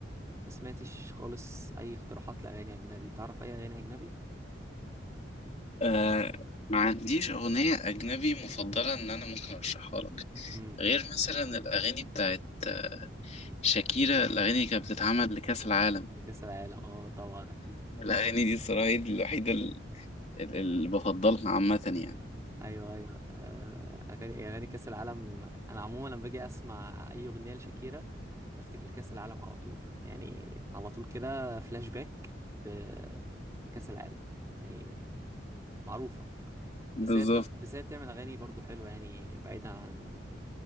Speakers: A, on the right; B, on the left.
A: ما سمعتش خالص اي اقتراحات لاغاني اجنبي تعرف اي اغاني اجنبي
B: آه ما عنديش أغنية أجنبي مفضلة إن أنا ممكن أرشحها لك
A: امم
B: غير مثلا الأغاني بتاعت آه، شاكيرا الأغاني اللي كانت بتتعمل لكأس العالم
A: كأس العالم اه طبعا اكيد
B: الأغاني دي الصراحة هي دي الوحيدة ال- ال- اللي بفضلها عامة يعني
A: ايوه ايوه آه، اغاني اغاني كأس العالم انا عموما لما باجي اسمع اي اغنيه لشاكيرا بفتكر كأس العالم على طول يعني على طول كده فلاش باك بكأس العالم يعني معروفه
B: بالظبط
A: بس هي بت... بس هي بتعمل اغاني برضو حلوه يعني بعيدا عن